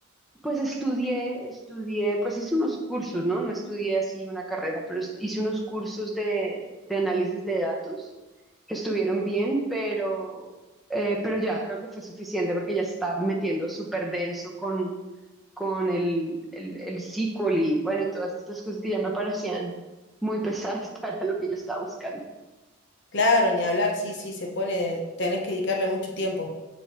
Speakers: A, in the centre; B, on the left.
A: Pues estudié, estudié, pues hice unos cursos, ¿no? No estudié así una carrera, pero est- hice unos cursos de, de análisis de datos que estuvieron bien, pero, eh, pero ya creo que fue suficiente porque ya se estaba metiendo súper denso con, con el, el, el SQL y bueno, y todas estas cosas que ya me parecían muy pesadas <laughs> para lo que yo estaba buscando.
B: Claro, ni hablar, sí, sí, se pone, tenés que dedicarle mucho tiempo.